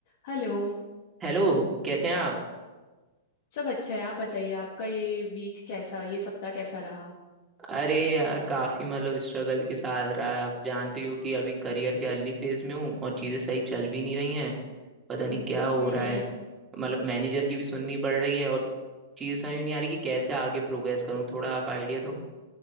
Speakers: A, on the left; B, on the right.
A: Hello
B: Hello कैसे हैं आप
A: सब अच्छा है आप बताइए आपका ये वीक कैसा ये सप्ताह कैसा रहा
B: अरे यार काफी मतलब स्ट्रगल के साथ रहा है आप जानती हो कि अभी करियर के अर्ली फेज में हूँ और चीजें सही चल भी नहीं रही हैं पता नहीं क्या हो
A: हम्म
B: रहा है मतलब मैनेजर की भी सुननी पड़ रही है और चीजें समझ नहीं आ रही कि कैसे आगे प्रोग्रेस करूँ थोड़ा आप आइडिया दो